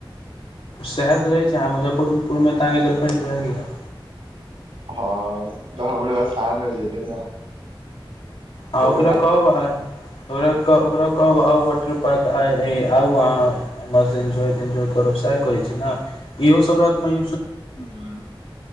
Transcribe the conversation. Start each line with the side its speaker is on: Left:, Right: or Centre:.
Left: सैहे तऽ रहै छै आहा मुजफ्फरपुर मे ते अहाँकेँ गर्लफ्रेंड रहैएै
Right: ह तऽ हमरो आसान हो जेतै ने
Left: आ
Right: देबे
Left: ओकरा
Right: वा
Left: कहब आय। ओकरा कह ओकरा कहब आउ वाटर पार्क आई हे आउ अहाँ मस्त इन्जॉय तेन्जॉय करब सह कहे छी ने इहो सभ रहत <unintelligible> पार्क
Right: हूँ